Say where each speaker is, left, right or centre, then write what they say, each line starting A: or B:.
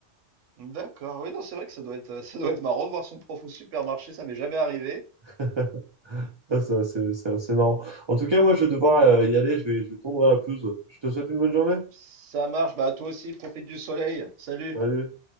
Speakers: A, on the right; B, on the right.
A: D'accord, oui, non, c'est vrai que ça doit être, <laughs> ça doit être marrant de voir son prof au supermarché, ça m'est jamais arrivé.
B: <laughs> Ça, ça, c'est assez, c'est assez marrant. En tout cas, moi, je vais devoir euh, y aller. Je vais, je vais tondre la pelouse. Je te souhaite une bonne journée.
A: Ça marche, bah toi aussi, profite du soleil. Salut.
B: Salut.